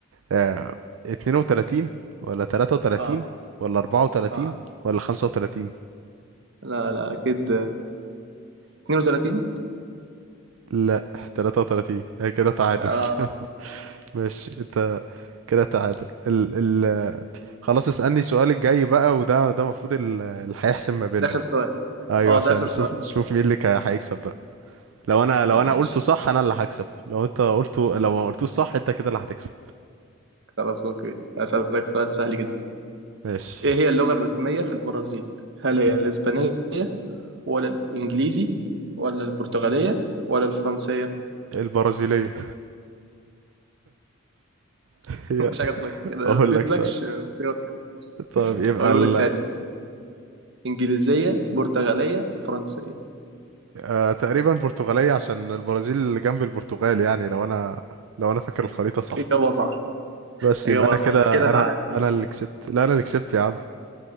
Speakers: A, on the right (about 75°); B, on the right (about 60°).
A: آه، 32 ولا 33
B: اه
A: ولا 34
B: اه
A: ولا 35
B: لا لا اكيد 32
A: لا 33 هي كده تعادل
B: آه
A: <laughs> ماشي انت كده تعادل ال خلاص اسألني السؤال الجاي بقى وده ده المفروض ال- اللي هيحسم ما بيننا
B: ده آخر سؤال
A: ايوه
B: اه
A: عشان
B: ده آخر
A: نشوف
B: سؤال
A: نشوف مين اللي كا- هيكسب بقى لو انا لو انا
B: ماشي
A: قلته صح انا اللي هكسب لو انت قلته لو ما قلتوش صح انت كده اللي هتكسب
B: خلاص أوكي هسألك سؤال سهل جدا
A: ماشي
B: إيه هي اللغة الرسمية في البرازيل؟ هل هي الإسبانية ولا الإنجليزي ولا البرتغالية ولا الفرنسية؟
A: البرازيلية <laughs>
B: <laughs>
A: هي
B: مفيش حاجة اسمها كده أنا
A: اقول
B: ما اديتلكش
A: لك طيب
B: اختيار كده
A: طيب يبقى
B: أقوله
A: ال...
B: لك تاني إنجليزية برتغالية فرنسية
A: آه تقريبا برتغالية عشان البرازيل اللي جنب البرتغال يعني لو انا لو انا فاكر الخريطة صح
B: إجابة صح
A: بس
B: إجابة
A: يبقى انا
B: صح
A: كده
B: كده تعادل
A: انا انا اللي كسبت لا انا اللي كسبت يا عم